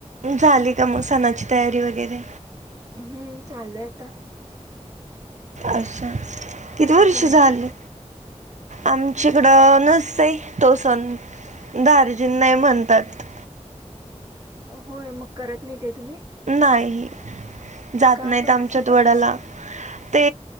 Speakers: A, on the right; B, on the right.
A: झाले का मग सणाची तयारी वगैरे
B: हम्म चालूय आता.
A: अच्छा किती वर्ष
B: तुमची?
A: झाली? आमच्याकडं नसते तो सन दार्जिन नाही म्हणतात. <inaudible>
B: होय मग करत नाही काय तुम्ही.
A: नाही जात
B: का
A: नाहीत
B: पण
A: आमच्यात
B: असं का?
A: वडाला ते